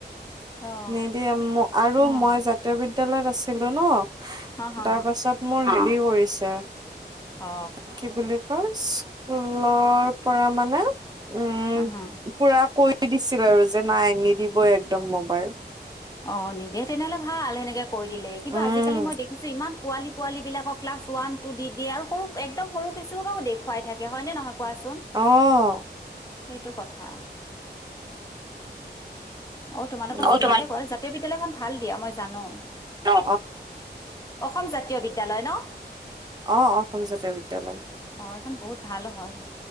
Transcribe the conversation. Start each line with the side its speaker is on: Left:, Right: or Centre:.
Left: অঁ
Right: নিদিয়ে আৰু
Left: অঁ
Right: মই জাতীয় বিদ বিদ্যয়ালয়ত আছিলো ন
Left: হা হা
Right: তাৰ পাছত মোৰ দেৰি কৰিছে
Left: অ
Right: কি বুলি স্কুলৰ পৰা মানে উম
Left: হা হা
Right: পুৰা কৈ দিছিল আৰু যে নাই নিদিবই একদম মোবাইল
Left: অ নিদিয়ে তেনেহলে ভাল সেনেকে কৈ দিলে কিন্তু
Right: উম
Left: আজিকালি মই দেখিছোঁ ইমান পোৱালি পোৱালিব বিলাক ক্লাছ ওৱান দি দিয়ে আৰু সৰু একদম সৰু কেঁচুৱা এটাও দেখ খোৱাই থাকে হয় নে নহয় কোৱাচোন
Right: আহ
Left: সেইটো কথা অ তোমালোকৰ
Right: অহ
Left: স্কুলতে কৰে জাতীয় বিদ্যালয়খন ভাল নি দিয়া মই জানো
Right: অ
Left: অসম জাতীয় বিদ্যালয় ন
Right: অ অসম জাতীয় বিদ্যালয়
Left: অ এইখন বহুত ভাল হয়